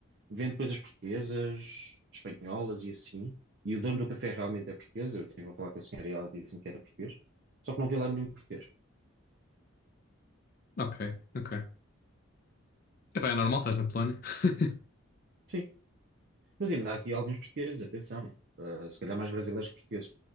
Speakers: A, on the right (about 50°); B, on the left (about 45°).
A: vende coisas portuguesas, espanholas e assim. E o dono do café realmente é português. Eu estive a falar com a senhora e ela disse-me que era português. Só que não vi lá nenhum português.
B: Ok, ok. Epá, é normal, estás na Polónia. <laughs>
A: Sim, mas ainda há aqui alguns portugueses, atenção. Eh, se calhar mais brasileiros que portugueses.